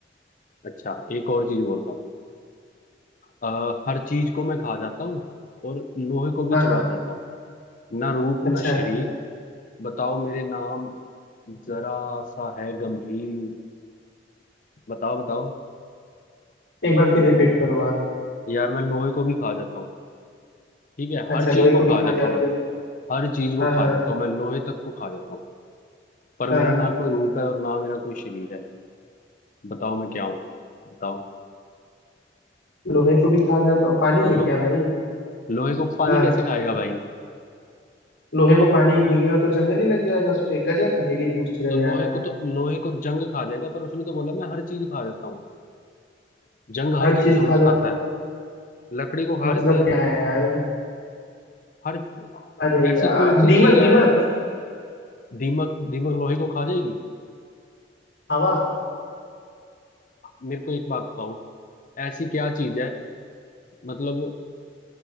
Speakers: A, on the left (about 45°); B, on the left (about 80°).
A: अच्छा एक और चीज बोलता हूँ अ, हर चीज को मैं खा जाता हूँ और लोहे को भी
B: हाँ
A: चबा
B: हाँ
A: जाता हूँ ना रूप
B: अच्छा
A: ना शरीर बताओ मेरे नाम जरा सा है गंभीर बताओ बताओ
B: एक बार फिर रिपीट करो आप
A: यार मैं लोहे को भी खा जाता हूँ ठीक है
B: अच्छा
A: हर चीज
B: लोहे
A: को
B: को भी
A: खा
B: खा
A: जाता
B: जाते
A: हूँ मैं
B: हो
A: हर चीज को
B: हाँ हाँ
A: खा जाता हूँ मैं लोहे तक को खा जाता हूँ पर
B: हाँ
A: मेरा
B: हाँ
A: ना कोई रूप है और ना मेरा कोई शरीर है बताओ मैं क्या हूँ बताओ
B: लोहे को भी खा जाता हूँ पानी है
A: लो,
B: क्या भाई
A: लोहे को पानी
B: हाँ
A: कैसे खाएगा भाई
B: लोहे को पानी भीगेगा तो जंग नहीं लग जाएगा उस पे गजब पहेली पूछ रहे
A: तो
B: हो
A: लोहे
B: यार आप
A: को तो लोहे को जंग खा जाएगा पर उसने तो बोला मैं हर चीज खा जाता हूँ जंग हर
B: हर
A: चीज
B: चीज
A: थोड़ी
B: खा
A: ना
B: जाता
A: खाता
B: हूँ
A: है लकड़ी को खा
B: मतलब
A: जाता है
B: क्या है यार
A: हर
B: अरे
A: ऐसी
B: यार
A: कौन सी
B: दीमक
A: चीज
B: दीमक
A: है दीमक दीमक लोहे को खा जाएगी
B: हवा
A: मेरे को एक बात बताओ ऐसी क्या चीज है मतलब